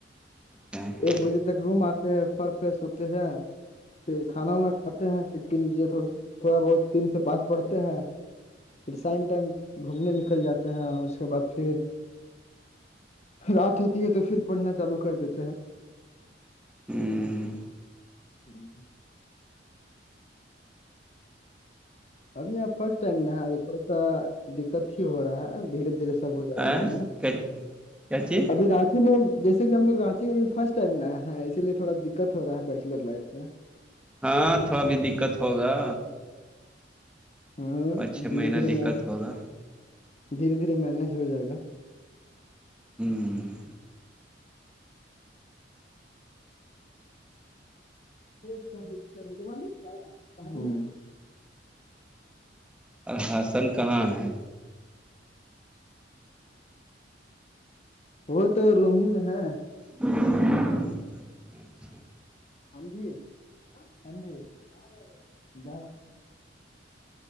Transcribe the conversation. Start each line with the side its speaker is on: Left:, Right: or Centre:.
Centre: اچھا
Left: ایک بجے تک روم آتے ہیں فر فیشوتے ہیں پھر کھانا وانا کھاتے ہیں پھر تین بجے تھوڑا بہت تین سے پانچ پڑتے ہیں پھر سائم ٹائم گھومنے نکل جاتے ہیں اس کے بعد پھر رات ہوتی ہے تو پھر پڑھنا چالو کر دیتے ہیں
Centre: ہوں
Left: ہوں ابھی آپ فرسٹ ٹائم نہ تھوڑا سا دقت ہی ہو رہا ہے دھیرے دھیرے سب ہو جائے
Centre: اچھا
Left: گا م نے
Centre: ہ کیا چیز
Left: ابھی رج میں جیسے کہ ہم لگ رانچی میں بھی فرسٹ ٹائم رہ ہے اسی لیے تھوڑا دقت ہو رہا ہے بیچلر لائف میں <unintelligible>
Centre: ہاں تھو ابھی دقت ہوگا
Left: ہاں
Centre: پانچ چھ
Left: دھیرے
Centre: مہینہ
Left: دھیرے
Centre: دقت
Left: م
Centre: ہوگا
Left: دھیرے دھیرے مینج ہو جائے گا
Centre: ہوں
Left: س د کو ب <unintelligible>
Centre: الحسن کہاں ہے
Left: وہ تو روم ہی میں ہے
Centre: اچھا <unintelligible>
Left: امبھی امب کرنے